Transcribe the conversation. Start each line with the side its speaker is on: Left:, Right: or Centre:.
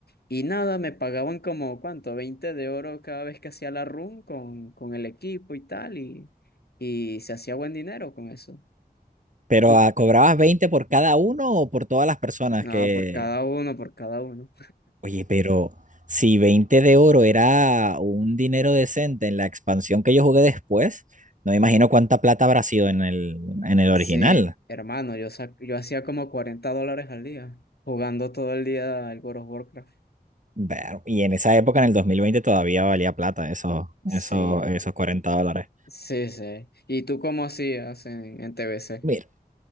Left: Y nada, me pagaban como, ¿cuánto? veinte de oro cada vez que hacía la run con, con el equipo y tal, y, y se hacía buen dinero con eso.
Right: Pero
Left: Tú,
Right: ah, ¿cobrabas 20 por cada uno o por todas las personas
Left: no,
Right: que...
Left: por cada uno, por cada uno.
Right: Oye, pero si 20 de oro era un dinero decente en la expansión que yo jugué después, no me imagino cuánta plata habrá sido en el, en el original.
Left: Sí, hermano, yo, sa- yo hacía como 40 dólares al día, jugando todo el día al World of Warcraft.
Right: Ver, y en esa época, en el 2020 todavía valía plata esos,
Left: Sí,
Right: esos, esos 40 dólares.
Left: sí, sí. ¿Y tú cómo hacías en, en TBC?
Right: Mira,